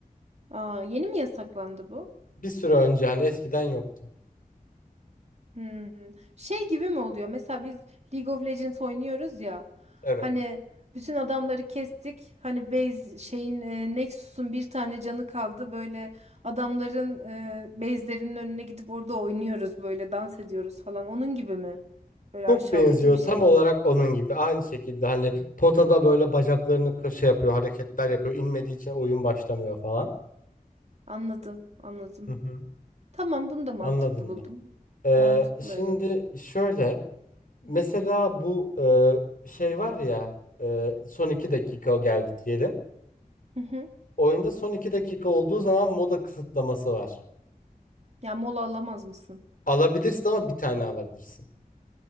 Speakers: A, on the right; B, on the left.
A: Aa, yeni mi yasaklandı bu?
B: Bir süre önce hani eskiden yoktu.
A: Hmm. Şey gibi mi oluyor? Mesela biz League of Legends oynuyoruz ya.
B: Evet.
A: Hani bütün adamları kestik. Hani base şeyin e, Nexus'un bir tane canı kaldı. Böyle adamların e, base'lerinin önüne gidip orada oynuyoruz böyle dans ediyoruz falan. Onun gibi mi? Böyle
B: Çok
A: aşağılayıcı
B: benziyor
A: bir şey
B: tam olarak
A: mi?
B: onun gibi. Aynı şekilde hani potada böyle bacaklarını kı- şey yapıyor, hareketler yapıyor. İnmediği için oyun başlamıyor falan.
A: Anladım, anladım.
B: Hı hı.
A: Tamam, bunu da mantıklı
B: Anladın
A: buldum.
B: mı? Ee,
A: Mantıklı
B: şimdi
A: evet.
B: şöyle mesela bu e, şey var ya e, son iki dakika o geldi diyelim.
A: Hı hı.
B: Oyunda son 2 dakika olduğu zaman moda kısıtlaması var.
A: Ya mola alamaz mısın?
B: Alabilirsin ama bir tane alabilirsin.